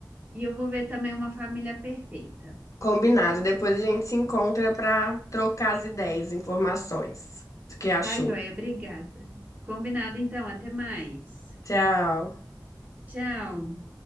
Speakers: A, on the right; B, on the left.
A: E eu vou ver também Uma Família Perfeita.
B: Combinado. Depois a gente se encontra pra trocar as ideias, informações. O que achou?
A: Tá, joia? Obrigada. Combinado então, até mais.
B: Tchau.
A: Tchau.